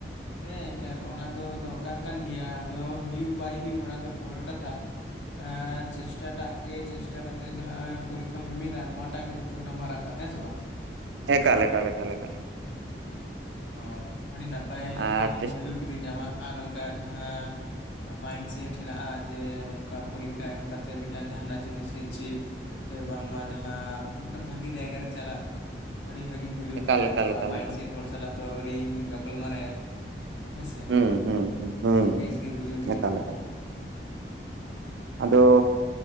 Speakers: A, on the left (about 80°); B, on the right (about 80°).
A: ᱦᱮᱸ ᱮᱠᱟᱞ, ᱚᱱᱟ ᱫᱚ ᱫᱚᱨᱠᱟᱨ ᱠᱟᱱ ᱜᱮᱭᱟ ᱟᱫᱚ ᱦᱩᱭᱩᱜ ᱵᱟᱭ ᱦᱩᱭᱩᱜ ᱚᱱᱟ ᱫᱚ ᱯᱚᱨᱮᱨ ᱠᱟᱛᱷᱟ ᱾ ᱮᱸ ᱪᱮᱥᱴᱟ ᱴᱟᱜ ᱜᱮ ᱪᱮᱥᱴᱟ ᱠᱟᱛᱮᱜ ᱡᱟᱦᱟᱸ ᱯᱚᱨᱤᱠᱠᱷᱟᱢ ᱮᱢ ᱮᱫᱟ ᱱᱚᱣᱟᱴᱟᱜ ᱜᱮ ᱡᱚᱛᱚ ᱠᱷᱚᱱᱟᱜ ᱢᱟᱨᱟᱝ ᱠᱟᱛᱷᱟ ᱦᱮᱸ ᱥᱮ ᱵᱟᱝ ᱾
B: ᱮᱠᱟᱞ ᱮᱠᱟᱞ ᱮᱠᱟᱞ ᱮᱠᱟᱞ ᱾
A: ᱚ ᱟᱹᱰᱤ ᱱᱟᱯᱟᱭ
B: ᱟᱨ ᱛᱤᱥ
A: ᱵᱩᱡᱷᱟᱹᱣ ᱠᱤᱫᱤᱧ ᱟᱢᱟᱜ ᱱᱚᱝᱠᱟ ᱡᱟᱦᱟᱸ ᱢᱟᱭᱤᱱᱰᱥᱮᱴ ᱦᱮᱱᱟᱜᱼᱟ ᱡᱮᱹ ᱱᱚᱝᱠᱟ ᱯᱚᱨᱤᱠᱠᱷᱟ ᱮᱢ ᱠᱟᱛᱮ ᱢᱤᱫᱴᱟᱱ ᱡᱟᱦᱟᱱᱟᱜ ᱡᱤᱱᱤᱥ ᱜᱮ ᱪᱤᱯ ᱥᱮ ᱵᱟᱝᱢᱟ ᱡᱟᱦᱟᱸ ᱢᱤᱫᱴᱟᱝ ᱵᱷᱟᱹᱜᱤ ᱡᱟᱭᱜᱟ ᱨᱮ ᱪᱟᱞᱟᱜ ᱟᱹᱰᱤ ᱵᱷᱟᱹᱜᱤᱧ ᱵᱩᱡᱷᱟᱹᱣ
B: ᱮᱠᱟᱞ
A: ᱠᱮᱫᱟ,
B: ᱮᱠᱟᱞ
A: ᱱᱚᱝᱠᱟ
B: ᱮᱠᱟᱞ
A: ᱢᱟᱭᱤᱱᱰ
B: ᱮᱠᱟᱞ
A: ᱥᱮᱴ ᱦᱚᱲ ᱥᱟᱞᱟᱜ ᱫᱚ ᱟᱹᱣᱨᱤᱧ ᱜᱟᱯᱟᱞᱢᱟᱨᱟᱣ ᱭᱟ᱾ ᱦᱮᱸᱥᱮ,
B: ᱦᱩᱸ ᱦᱩᱸ ᱦᱩᱸ
A: ᱟᱹᱰᱤ ᱵᱮᱥ ᱜᱮ ᱵᱩᱡᱷᱟᱹᱣ ᱠᱤᱫᱤᱧ
B: ᱮᱠᱟᱞ
A: ᱢᱮᱱᱫᱚᱵ
B: ᱮᱠᱟᱞ
A: ᱾
B: ᱟᱫᱚ